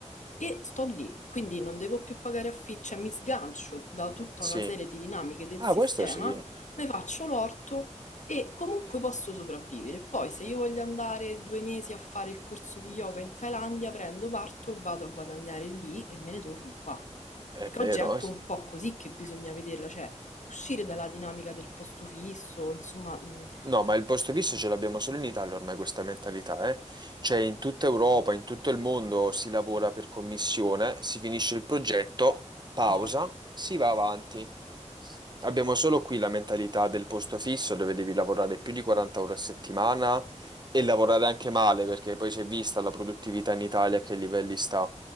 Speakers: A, on the left (about 75°); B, on the right (about 35°).
A: e sto lì. Quindi non devo più pagare affitto, cioè mi sgancio da tutta
B: Sì.
A: una serie di dinamiche del
B: Ah,
A: sistema,
B: questo sì,
A: mi faccio l'orto e comunque posso sopravvivere. Poi se io voglio andare due mesi a fare il corso di yoga in Thailandia, prendo, parto, vado a guadagnare lì e me ne torno qua.
B: è
A: Perché
B: vero.
A: oggi è anche
B: eh sì.
A: un po' così che bisogna vederla, cioè uscire dalla dinamica del posto fisso, insomma, mh,
B: No, ma il posto fisso ce l'abbiamo solo in Italia ormai questa mentalità, eh? Cioè in tutta Europa, in tutto il mondo si lavora per commissione, si finisce il progetto, pausa,
A: esatto,
B: si va avanti. Abbiamo solo qui la mentalità del posto fisso dove devi lavorare più di 40 ore a settimana e lavorare anche male perché poi si è vista la produttività in Italia a che livelli sta.